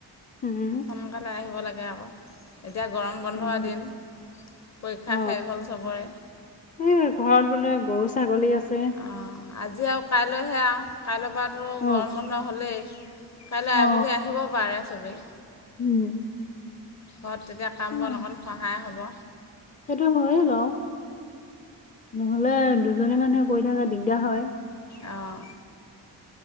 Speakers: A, on the left (about 20°); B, on the left (about 35°).
A: উম।
B: সোনকালে আহিব লাগে আকৌ। এতিয়া গৰম বন্ধৰ
A: উম
B: দিন, পৰীক্ষা
A: অ
B: শেষ হ'ল চবৰে।
A: এই ঘৰত বোলে গৰু ছাগলী আছে।
B: অ', আজি আৰু কাইলৈহে আৰু, কাইলৈৰ পৰাতো
A: অ
B: গৰম বন্ধ হ'লেই। কাইলৈ
A: অ
B: আবেলি আহিব পাৰে চবেই।
A: উম।
B: ঘৰত তেতিয়া কাম
A: উম
B: বন অকণ সহায় হ'ব।
A: সেইটো হয়েই বাওঁ, নহ'লে দুজনী মানুহে কৰি থকা দিগদাৰ হয়।
B: অ'।